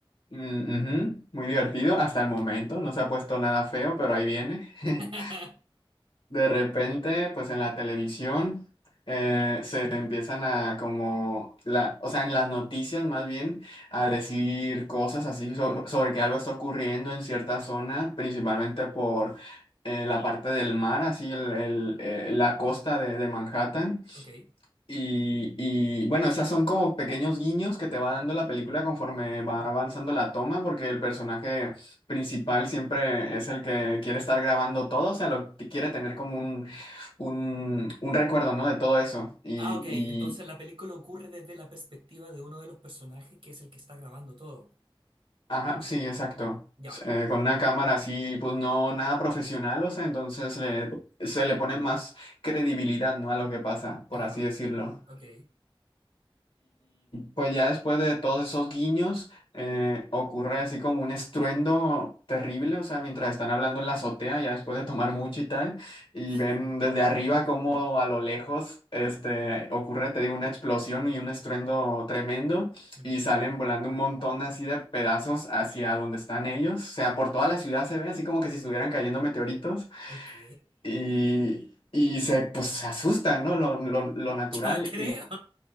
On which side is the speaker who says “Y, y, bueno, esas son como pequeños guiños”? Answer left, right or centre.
Left